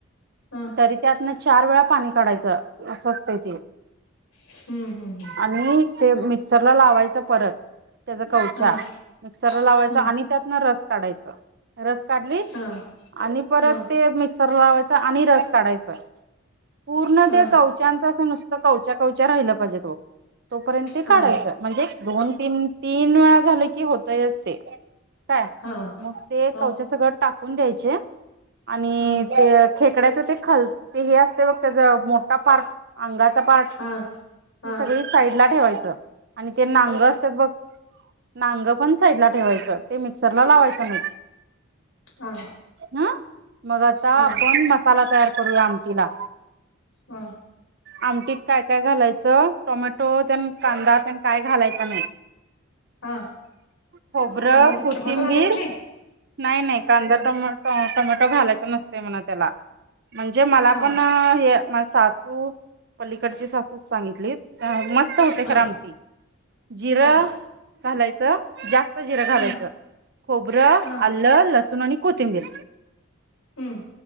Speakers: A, on the left; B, on the right.
A: हा
B: तरी त्यातनं चार वेळा पाणी काढायंच अस असतंय.
A: हम्म हम्म हम्म
B: आणि ते मिक्सरला लावायचं परत त्याचा कवचा
A: हा
B: मिक्सरला लावायच
A: हम्म
B: आणि त्यातन रस काढायच, रस काढली
A: हा
B: आणि परत
A: हा
B: ते मिक्सर लावायच आणि रस काढायचाय. पूर्ण
A: हा
B: ते कवच्याच असं नुसतं कवच्या कवच्या राहिलं पाहिजेत ओ. तोपर्यंत
A: हा
B: काढायचं म्हणजे, दोन तीन तीन वेळा झालं की, होतयच ते. काय
A: हा
B: मग ते
A: हा
B: कवचे टाकून द्यायचे, आणि
A: हा हा
B: ते अ खेकड्याच ते खलते असते बघ त्याचा मोठा पार्ट अंगाचा पार्ट
A: हा हा हा
B: ही सगळी साईड ला ठेवायचं. आणि ते नांग असतात बघ, नांग पण साईडला ठेवायचं. ते मिक्सर ला लावायचं नाही.
A: हा.
B: हं मग आता
A: हा
B: आपण मसाला तयार करूया आमटीला.
A: हा.
B: आमटीत काय काय घालायचं? टोमॅटो त्यान कांदा त्या काय घालायचा नाही.
A: हा
B: खोबरं,
A: टमो
B: कोथिंबीर.
A: टमॅटो घालायच नाही
B: नाही. नाही. कांदा
A: ह
B: टोमॅटो टोमॅटो घालायच नसते म्हणा त्याला. म्हणजे मला
A: हा
B: पण हे माही सासू पली कडची सासू सांगितली मस्त होते
A: हा
B: खर आमटी. जिरं
A: हा
B: घालायचं. जास्त जिरं घालायचं.
A: हा
B: खोबरं
A: हा
B: अल्ल, सूण आणि कोथिंबीर
A: हम्म